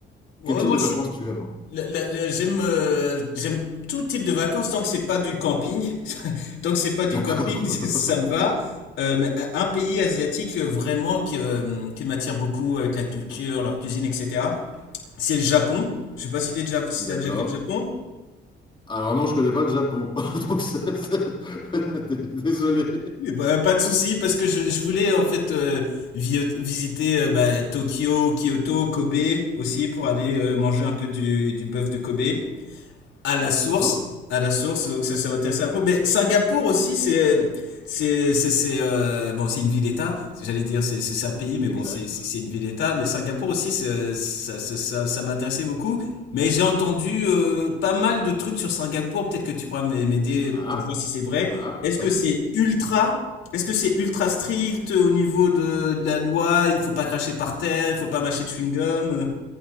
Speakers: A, on the left (about 80°); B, on the left (about 25°).
A: ouais,
B: Quel type
A: moi
B: de
A: je
B: vacances
A: suis,
B: tu aimes?
A: la- la- la- j'aime, euh, j'aime tout type de vacances tant que c'est pas du camping, <laughs> tant que c'est pas du
B: D'accord.
A: camping, <laughs>
B: <laughs>
A: ça me va. Euh, mais un un pays asiatique euh, vraiment qui, euh, qui m'attire beaucoup euh, avec la culture, leur cuisine, etc. c'est le Japon. Je sais pas si t'es déjà, si
B: D'accord.
A: t'as déjà fait le Japon.
B: Alors non, je connais pas le Japon. <laughs> Donc c'est- c'est- <laughs> D- désolé.
A: Mais bah, pas de souci, parce que je, je voulais en fait euh, vi- visiter euh, bah, Tokyo, Kyoto, Kobe aussi pour aller euh, manger un peu du, du bœuf de Kobe. à la
B: D'accord.
A: source, à la source, donc ça, ça va intéresser un peu. Mais Singapour aussi, c'est, c'est, c'est, c'est, euh, bon, c'est une ville d'État. J'allais dire, c'est, c'est c'est un pays, mais
B: Exact.
A: bon, c'est, c'est c'est une ville d'État. Mais Singapour aussi, c'est- ça, ça, ça, ça m'intéressait beaucoup. Mais j'ai entendu euh, pas mal de trucs sur Singapour. Peut-être que tu pourras m'a- m'aider
B: Ah.
A: pour voir si c'est vrai.
B: Ah.
A: Est-ce que c'est ultra, est-ce que c'est ultra strict au niveau de, de la loi? Il faut pas cracher par terre, il faut pas mâcher de chewing-gum. euh.